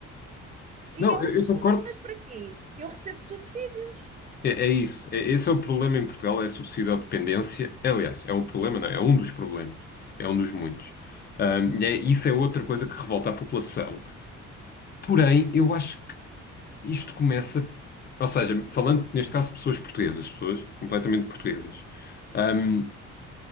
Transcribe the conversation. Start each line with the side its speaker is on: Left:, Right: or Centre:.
Left: Não,
Right: E elas
Left: eu, eu
Right: respondem:
Left: concordo.
Right: Mas para quê? Eu recebo subsídios.
Left: É, é isso. É- esse é o problema em Portugal, é a subsídio-dependência. Aliás, é um problema, não é? É um dos problemas. É um dos muitos. Ahm, e é- isso é outra coisa que revolta a população Porém, eu acho que isto começa, ou seja, falando neste caso de pessoas portuguesas, pessoas completamente portuguesas, hum,